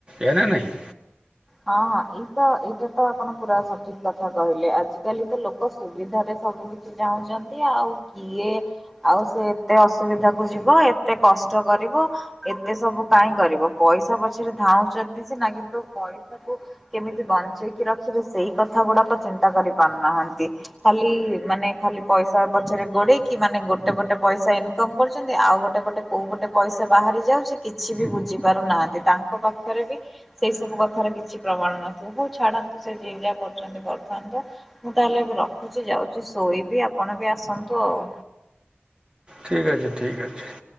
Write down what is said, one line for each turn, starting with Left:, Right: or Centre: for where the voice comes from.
Right: ଏଇଆନା ନାହିଁ।
Centre: ହଁ ହଁ ଏଇତ ଏଇଟାତ ଆପଣ ପୁରା ସଠିକ କଥା କହିଲେ ଆଜିକାଲିତ ଲୋକ ସୁବିଧାରେ ସବୁ କିଛି ଚାହୁଁଚନ୍ତି ଆଉ କିଏ? ଆଉ ସେ ଏତେ ଅସୁବିଧାକୁ ଯିବ ଏତେ କଷ୍ଟ କରିବ ଏତେ ସବୁ କାହିଁ କରିବ ପଇସା ପଛରେ ଧାଉଚନ୍ତି ସିନା କିନ୍ତୁ କେମିତି ବଞ୍ଚେଇକି ରଖିବେ ସେଇ କଥା ଗୁଡାକ ଚିନ୍ତା କରି ପାରୁନାହାନ୍ତି। ଖାଲି ମାନେ ଖାଲି ପଇସା ପଛରେ ଗୋଡେଇକି ମାନେ ଗୋଟେ ପଟେ ପଇସା ଇନକମ କରୁଛନ୍ତି ଆଉ ଗୋଟେ ପଟେ କୋଉ ପଟେ ପଇସା ବାହାରି ଯାଉଛି କିଛିବି ବୁଝି ପାରୁନାହାନ୍ତି ତାଙ୍କ ପାଖରେବି ସେଇ ସବୁ କ ଥାର କିଛି ପ୍ରମାଣ ନଥିବ ହଉ ଛାଡନ୍ତୁ ସେ ଯିଏ ଯାହା କରୁଚନ୍ତି କରୁଥାନ୍ତୁ। ମୁଁ ତାହେଲେ ଏବେ ରଖୁଛି ଯାଉଚି ଶୋଇବି ଆପଣବି ଆସନ୍ତୁ ଆଉ
Right: ଠିକ ଅଛି ଠିକ ଅଛି।